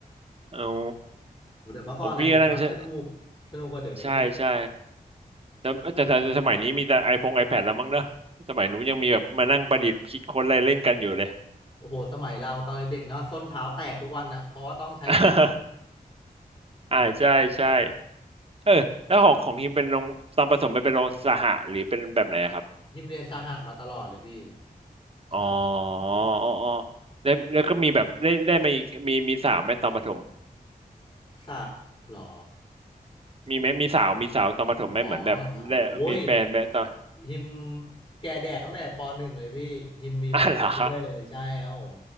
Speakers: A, on the right (about 40°); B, on the left (about 35°).
A: อ๋อ
B: แต่เมื่อก่อนน่ะหิมว่าสนุกสนุกกว่าเดี๋ยวนี้
A: ผมพี่ก็นั่งใช่ใช่ใช่แต่แต่แต่สมัยนี้มีแต่ไอพงไอแพดแล้วมั้งเนอะสมัยนู้นยังมีแบบมานั่งประดิษฐ์คิดค้นอะไรเล่นกันอยู่เลย
B: โอ้โหสมัยเราตอนเด็กๆเนาะส้นเท้าแตกทุกวันนะเพราะว่าต้องใช้ขุด
A: <laughs> อ่าใช่ใช่เออแล้วของของฮิมเป็นโรงตอนผสมไปเป็นโรงสหะหรือเป็นแบบไหนอะครับ
B: ยิมเรียนสหะมาตลอดเลยพี่ใช่
A: อ๋ออ๋ออ๋อแล้วแล้วก็มีแบบได้ได้มาอีกมีมีสาวไหมตอนประถม
B: สะหรอ
A: มีไหมมีสาวมีสาวตอนประถมไหมเหมือนแบบได้มีแฟนไหมตอน
B: อ๋อสาวโอ้ย ฮิมแก่แดดตั้งแต่ปหนึ่งเลยพี่ฮิมมีแฟนมาเรื่อยๆเลยใช่ครับผม
A: <laughs> อ่ะเหรอ